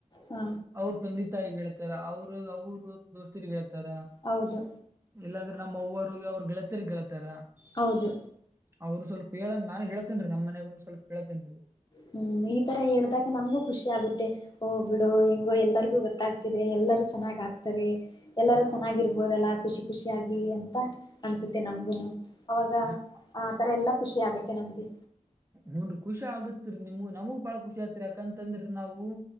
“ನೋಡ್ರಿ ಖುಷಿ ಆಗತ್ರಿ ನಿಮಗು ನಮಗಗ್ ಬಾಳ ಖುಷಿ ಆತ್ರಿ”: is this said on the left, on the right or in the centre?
Right